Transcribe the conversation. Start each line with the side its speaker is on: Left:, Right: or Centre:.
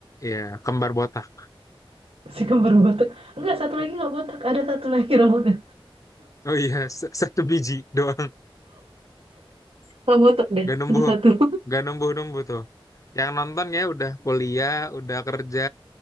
Left: ya, kembar botak.
Right: si kembar botak enggak satu lagi nggak botak ada satu lagi <laughs> rambutnya
Left: Oh iya, s- satu biji <laughs> doang.
Right: nggak botak deh
Left: Gak numbuh,
Right: ada satu <laughs>
Left: gak numbuh-numbuh tuh. Yang nonton ya udah kuliah, udah kerja,